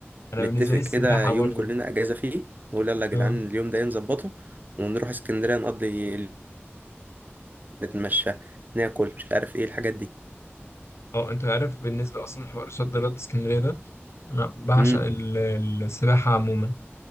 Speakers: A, on the left; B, on the right.
A: انا
B: نتفق
A: بالنسبه لي
B: كده
A: السباحه
B: يوم
A: برضو
B: كلنا اجازه فيه نقول يلا يا جدعان
A: اه
B: اليوم ده نظبطه ونروح اسكندريه نقضي ال- نتمشى ناكل مش عارف ايه الحاجات دي
A: اه انت عارف بالنسبه اصلا حوار شد رد اسكندريه ده انا بعشق
B: امم
A: ال- السباحه عموما